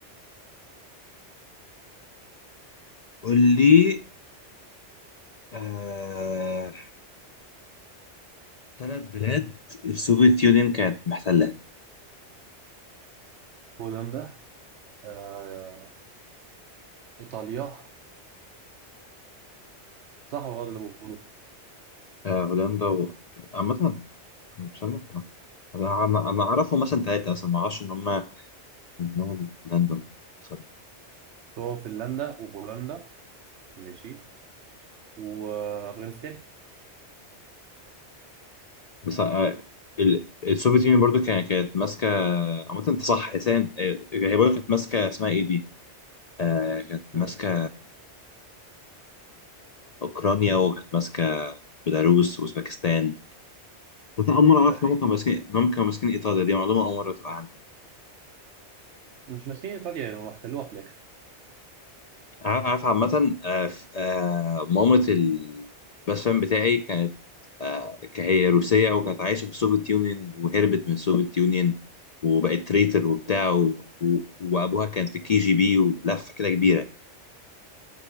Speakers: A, on the left (about 60°); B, on the right (about 70°).
A: قول لي آه... ثلاث بلاد السوفيت يونين كانت محتلها
B: هولندا آه... ايطاليا صح ولا غلط اللي بقوله
A: آه هولندا و عامة استنى، آه. أنا أنا أنا أعرفهم مثلا ثلاثة أصلا ما أعرفش إن هم منهم هولندا وإيطاليا
B: هو فنلندا وبولندا ماشي وافغانستان
A: بس آه ال- السوفيت يونين برضو كانت كانت ماسكة عامة أنت صح حسين آه، هي برضو كانت ماسكة اسمها إيه دي؟ آه كانت ماسكة
B: مم.
A: أوكرانيا وكانت ماسكة بيلاروس وأوزبكستان بس أنا أول مرة أعرف
B: ده حقيقي
A: إن هم كانوا ماسكين إن هم كانوا ماسكين إيطاليا دي معلومة أول مرة تبقى عندي
B: مش ماسكين ايطاليا يعني هم احتلوها في الاخر
A: عارف عارف عامة آه، ف- آه، مامة الباست فريند بتاعي كانت آه، ك- هي روسية وكانت
B: مم.
A: عايشة في السوفيت يونيون وهربت من السوفيت يونيون وبقت تريتر وبتاع
B: يا
A: و... و... وأبوها كان في كي جي بي ولفة كده كبيرة